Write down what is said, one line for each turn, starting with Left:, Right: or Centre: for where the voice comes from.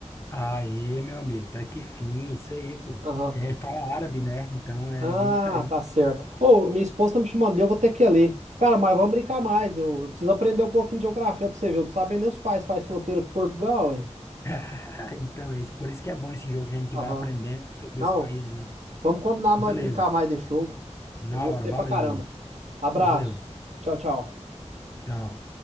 Left: Aê, meu amigo, tá que fim, isso aí, pô.
Right: Aham.
Left: É, fala árabe, né? Então é
Right: Ah,
Left: bem diferente.
Right: tá certo. Ô, minha esposa tá me chamando ali, eu vou ter que ir ali. Cara, mas vamos brincar mais. Eu, eu preciso aprender um pouquinho de geografia pra você ver. Eu não sabia nem os pais faz fronteira com Portugal, hein?
Left: <laughs> Então, é isso, por isso que é bom esse jogo que a gente
Right: Aham.
Left: vai aprendendo sobre
Right: Não,
Left: os países, né?
Right: vamos combinar nós
Left: Beleza.
Right: brincar mais desse jogo.
Left: Na
Right: Eu gostei
Left: hora,
Right: pra
Left: valeu
Right: caramba.
Left: aí.
Right: Abraço.
Left: Valeu.
Right: Tchau, tchau.
Left: Tchau.